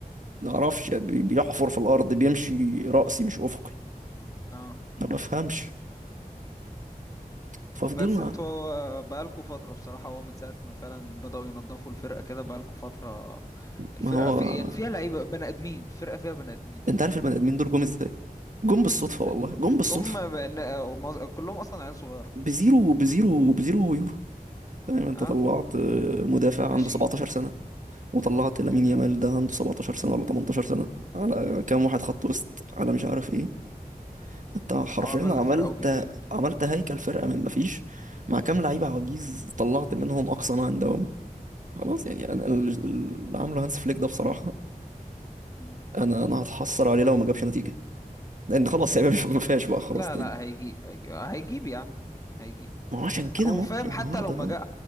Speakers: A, on the right; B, on the left.
A: ما اعرفش بي- بيحفر في الارض بيمشي راسي مش افقي
B: <laughs> اه
A: ما بفهمش ففضلنا
B: بس انتوا آه، بقالكوا فترة بصراحة هو من ساعة ما فعلا بدأوا ينظفوا الفرقة كده بقالكوا فترة الفرقة
A: ما هو
B: في يعني فيها لعيبة بني آدمين فرقة فيها بني آدمين
A: انت عارف البني ادمين دول جم ازاي جم بالصدفه
B: ازاي
A: والله جم بالصدفه
B: جم بن- آه، معظ- كلهم أصلا عيال صغيرة
A: بزيرو بزيرو بزيرو يورو فاهم انت
B: اه
A: طلعت آه، مدافع
B: ناشئين
A: عنده 17 سنه وطلعت
B: مم.
A: لامين يامال ده عنده 17 سنه ولا 18 سنه على كام واحد خط وسط على مش عارف ايه انت حرفيا
B: وعمل
A: عملت
B: فرقة وبتجيب
A: عملت هيكل فرقه من مفيش مع كام لعيبه عواجيز طلعت منهم اقصى ما عندهم خلاص يعني انا ال- اللي عامله هانس فليك ده بصراحه
B: مم.
A: انا انا هتحسر عليه لو ما جابش نتيجه لان خلاص يعني مش- ما فيهاش بقى خلاص
B: لا
A: تاني
B: لا هيجيب هيجيب هيجيب يا عم هيجيب
A: ما هو عشان كده
B: او
A: ماتش
B: فاهم
A: النهارده
B: حتى لو ما
A: ده
B: جا